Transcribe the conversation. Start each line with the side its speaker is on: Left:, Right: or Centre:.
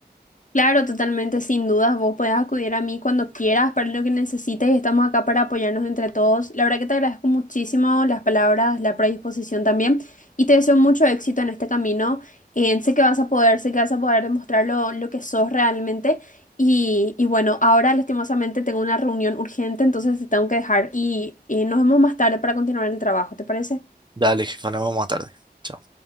Left: Claro, totalmente, sin dudas, vos puedes acudir a mí cuando quieras para lo que necesites y estamos acá para apoyarnos entre todos. La verdad que te agradezco muchísimo las palabras, la predisposición también y te deseo mucho éxito en este camino. Eh, sé que vas a poder, sé que vas a poder demostrar lo, lo que sos realmente y, y bueno, ahora lastimosamente tengo una reunión urgente, entonces te tengo que dejar y eh, nos vemos más tarde para continuar el trabajo, ¿te parece?
Right: Dale, jefa, nos vemos más tarde. Chao.